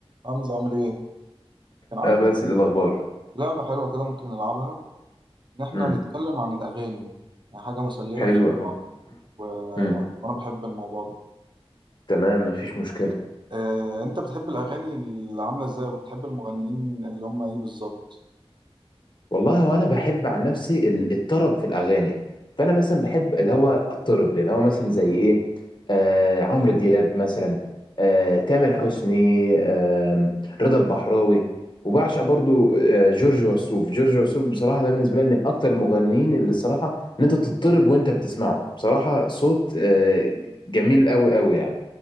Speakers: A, on the right (about 50°); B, on the left (about 50°).
A: حمزة عامل ايه؟ كان
B: اه
A: عندي
B: بس إيه الاخبار
A: آه، لعبة حلوة كده ممكن نلعبها إن إحنا
B: امم
A: نتكلم عن الأغاني يعني حاجة مسلية
B: حلو
A: بصراحة
B: اهو
A: و...
B: امم
A: وأنا بحب الموضوع ده
B: تمام مفيش مشكله
A: آه، أنت بتحب الأغاني اللي عاملة ازاي وبتحب المغنيين اللي هم ايه بالظبط؟
B: والله هو انا بحب عن نفسي ال- الطرب في الاغاني فانا مثلا بحب اللي هو الطرب اللي هو مثلا زي ايه آه عمرو دياب مثلا آه تامر حسني آه رضا البحراوي وبعشق برضو آه جورج وسوف جورج وسوف بصراحه ده بالنسبه لي من اكتر المغنيين اللي الصراحه ان انت تضطرب وانت بتسمعه بصراحه صوت آه جميل قوي قوي يعني